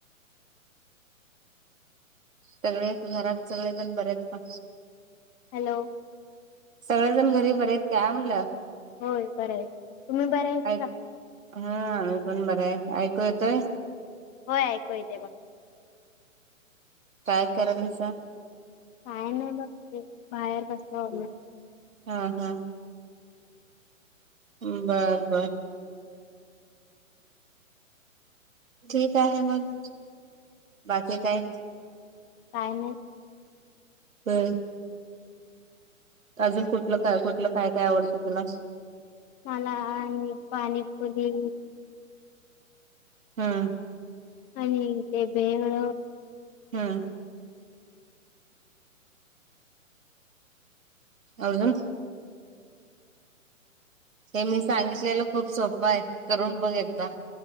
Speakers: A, on the right (about 70°); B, on the left (about 20°).
A: सगळे घरात सगळेजण बरे आहेत का?
B: हॅलो.
A: सगळेजण घरी बरेत काय म्हटलं?
B: होय बर हाय, तुम्ही बर आहेत
A: ऐक
B: का?
A: हा आम्ही पण बर आहे. ऐकू येतेय?
B: होय ऐकू येते बघ.
A: काय करायलिसा?
B: काय नाही बघ ते बाहेर बसलीया आवरुन.
A: हा, हा. बर, बर. ठीक आहे मग बाकी काय.
B: काय नाही.
A: बर. अजून कुठलं काय, कुठलं काय, काय आवडते तुला?
B: मला आणि पाणीपुरी
A: हम्म.
B: आणि ते भेळ.
A: हम्म. अजून. हे मी सांगितलेलं खूप सोप आहे करून बघ एकदा.